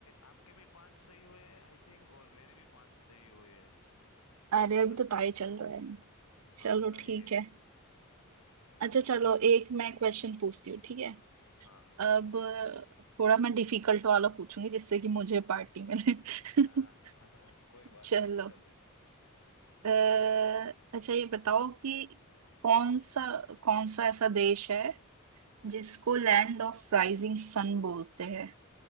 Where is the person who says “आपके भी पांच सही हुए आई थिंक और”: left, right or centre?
Left